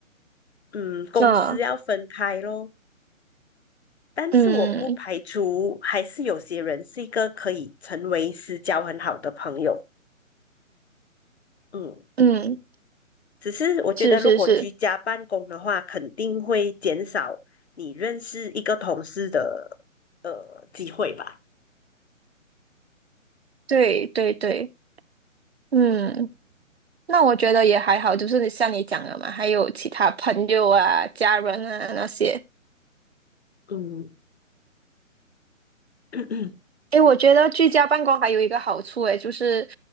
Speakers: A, on the left (about 50°); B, on the right (about 50°).
A: 嗯，公司要分开咯。
B: 嗯
A: 但是我不排除还是有些人是一个可以成为私交很好的朋友。
B: 嗯
A: 嗯。
B: 嗯，
A: 只是我觉得，
B: 是是是，
A: 如果居家办公的话，肯定会减少你认识一个同事的呃机会吧。
B: 对对对，嗯。那我觉得也还好，就是像你讲的嘛，还有其他朋友啊、家人啊那些，
A: 嗯 <coughs> <clears throat>
B: 诶，我觉得居家办公还有一个好处，诶，就是，